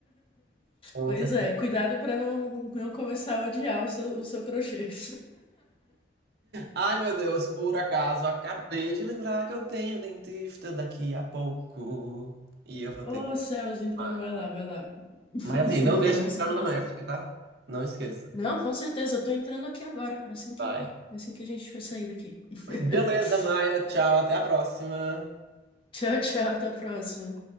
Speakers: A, on the right; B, on the left.
A: Com
B: Pois
A: certeza.
B: é, cuidado para não, não começar a odiar o seu, o seu crochê. <laughs>
A: Ai, meu Deus, por acaso, acabei de lembrar que eu tenho dentista daqui a pouco. E eu vou
B: Ô,
A: ter que.
B: Celso então
A: Vai.
B: vai lá, vai lá, <laughs>
A: Mas assim, não deixe
B: para não
A: de
B: se
A: entrar
B: atrasar.
A: no doméstico, tá? Não esqueça.
B: Não, com certeza, eu tô entrando aqui agora, assim que,
A: Vai.
B: assim que a gente for sair daqui. <laughs>
A: Beleza, Maia. Tchau, até a próxima.
B: Tchau, tchau, até a próxima.